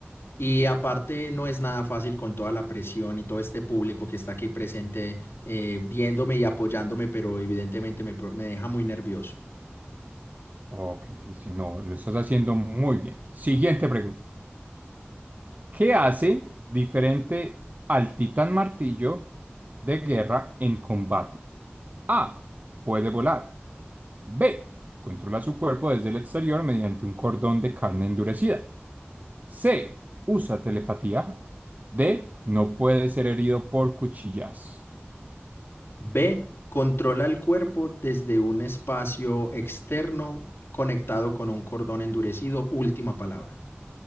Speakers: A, on the left; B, on the right.
A: Y aparte no es nada fácil con toda la presión y todo este público que está aquí presente eh, viéndome y apoyándome, pero evidentemente me, pro- me deja muy nervioso.
B: Ok, Cristian, no, lo estás haciendo muy bien. Siguiente pregunta. ¿Qué hace diferente al Titán Martillo de guerra en combate? A. Puede volar. B. Controla su cuerpo desde el exterior mediante un cordón de carne endurecida. C. Usa telepatía. D. No puede ser herido por cuchillas.
A: B, controla el cuerpo desde un espacio externo conectado con un cordón endurecido. Última palabra.